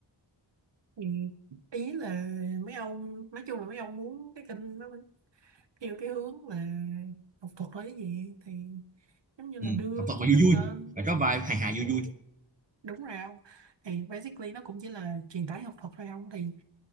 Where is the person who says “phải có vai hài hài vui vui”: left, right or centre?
Right